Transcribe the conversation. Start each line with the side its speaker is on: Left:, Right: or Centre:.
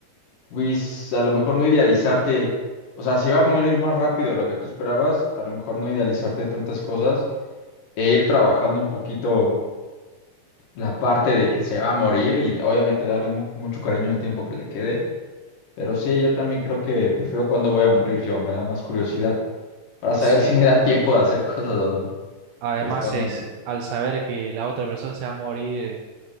Left: pues a lo mejor no idealizarte, o sea, si va a morir más rápido de lo que tú esperabas, a lo mejor no idealizarte tantas cosas e ir trabajando un poquito la parte de que se va a morir y obviamente darle mu- mucho cariño el tiempo que le quede. Pero sí, yo también creo que prefiero cuándo voy a morir yo, me da más curiosidad para saber
Right: Sí,
Left: si me da tiempo de hacer <laughs> cosas o no.
Right: además
Left: Justamente.
Right: es al saber que la otra persona se va a morir, eh,